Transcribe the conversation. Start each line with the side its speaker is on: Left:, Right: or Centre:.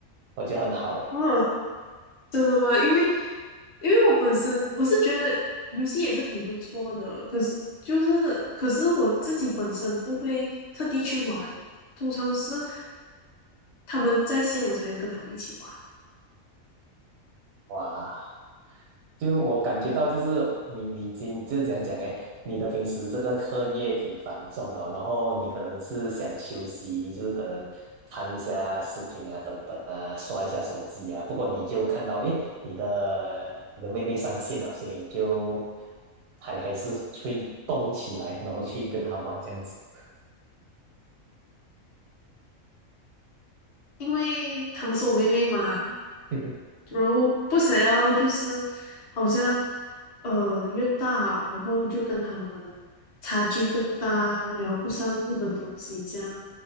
Right: 我觉得很好诶。
Left: 哦，真的吗？因为因为我本身我是觉得游戏也是挺不错的，可是就是可是我自己本身不会特地去玩，通常是他们在线我才跟他们一起玩，
Right: 哇，就我感觉到，就是你你已经就是样讲哎，你的平时这个课业挺繁重啊，然后你可能是想休息，就是可能看一下视频啊，等等啊，刷一下手机啊。不过你就看到哎，诶你的你的妹妹上线了，所以就还还是会动起来，然后去跟她玩这样子。
Left: 因为他们是我妹妹嘛，
Right: <laughs>
Left: 然后不想要就是好像呃越大，然后就跟他们差距更大，聊不上任何东西这样。